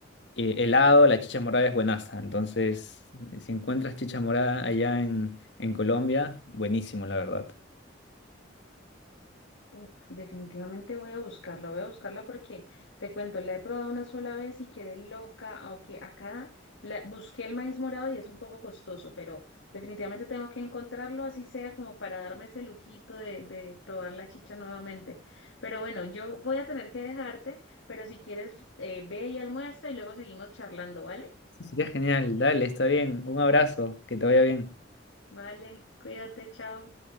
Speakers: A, on the left; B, on the left.
A: eh, helado, la chicha morada es buenaza. Entonces, eh, si encuentras chicha morada allá en, en Colombia, buenísimo, la verdad.
B: Uf, definitivamente voy a buscarla, voy a buscarla porque te cuento, la he probado una sola vez y quedé loca, aunque acá la, busqué el maíz morado y es un poco costoso, pero definitivamente tengo que encontrarlo, así sea como para darme ese lujito de, de probar la chicha nuevamente. Pero bueno, yo voy a tener que dejarte, pero si quieres, eh, ve y almuerza y luego seguimos charlando, ¿vale?
A: Sería genial, dale, está bien. Un abrazo, que te vaya bien.
B: Vale, cuídate, chao.